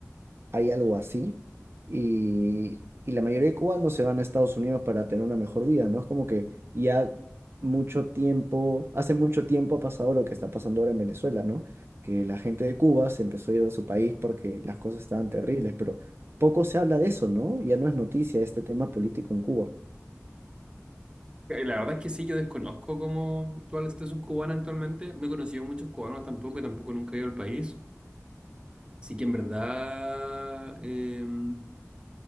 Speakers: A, on the right; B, on the right.
A: hay algo así. Y, y la mayoría de cubanos se van a Estados Unidos para tener una mejor vida, ¿no? Es como que ya mucho tiempo, hace mucho tiempo ha pasado lo que está pasando ahora en Venezuela, ¿no? Que la gente de Cuba se empezó a ir de su país porque las cosas estaban terribles, pero poco se habla de eso, ¿no? Ya no es noticia este tema político en Cuba.
B: La verdad es que sí, yo desconozco cómo cuál es la situación cubana actualmente. No he conocido muchos cubanos tampoco, tampoco nunca he ido al país. Así que en verdad... em,